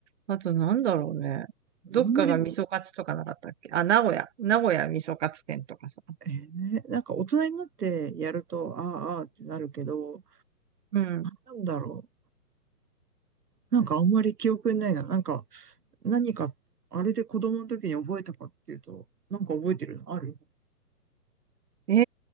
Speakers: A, on the right; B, on the right.
A: あとなんだろうね。
B: な。
A: どっかが味噌カツとかなかったっけあ、
B: あんまり、
A: 名古屋。名古屋味噌カツ店とかさ。
B: えーなんか大人になってやると、ああ、ああってなるけど、
A: うん。
B: なんだろう。なんかあんまり記憶にないな。なんか、何か、あれで子供の時に覚えたかっていうと、なんか覚えてるのある
A: え